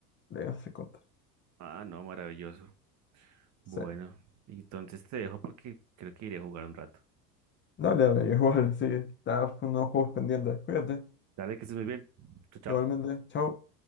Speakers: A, on the left; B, on the right.
A: le hace counter.
B: Ah, no, maravilloso. Bueno,
A: Sí.
B: entonces te dejo porque creo que iré a jugar un rato.
A: Dale, dale, <laughs> igual, sí. Estás con unos juegos pendientes. Cuídate.
B: Dale, que estés muy bien. Chao, chao.
A: Igualmente, chao.